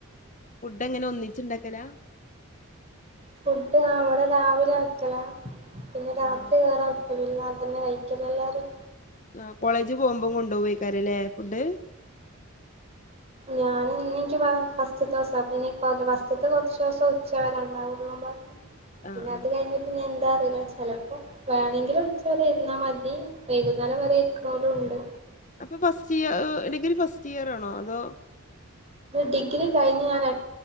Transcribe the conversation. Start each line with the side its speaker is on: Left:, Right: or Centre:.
Left: ഫുഡ് എങ്ങനെ ഒന്നിച്ച്ണ്ടാക്കല
Right: ഫുഡ് ആ അവിടെ രാവിലെ വെക്കല പിന്നെ രാത്രി
Left: ആ
Right: വേറെ വക്കല് അതു മാത്രമേ കഴിക്കുള്ളൂ എല്ലാരും
Left: ആ കോളേജ് പോകുമ്പോം കൊണ്ടുപോവയ്ക്കരലെ ഫുഡ്
Right: ഞാൻ ഇന്നെക്ക് ഫസ്റ്റ്തേദോസ പിന്നെ ഫ ഫസ്റ്റ് കുറചച്ചോസം ച്ചെവരെ ഉണ്ടാവുളളും പറഞ്ഞ്
Left: ആ
Right: പിന്നെ
Left: ആ
Right: അത് കഴിഞ്ഞിട്ട് ഞ് എന്താ <unintelligible> ചെലപ്പോ വേണങ്കിലും ഉച്ച വരെ ഇരുന്നാ മതി വൈകുന്നേരംവരെ ഇരിക്കണോലും ഉണ്ട്
Left: അപ്പോ first year degree first year ആണോ അതോ
Right: ഡിഗ്രി കഴിഞ്ഞാണ്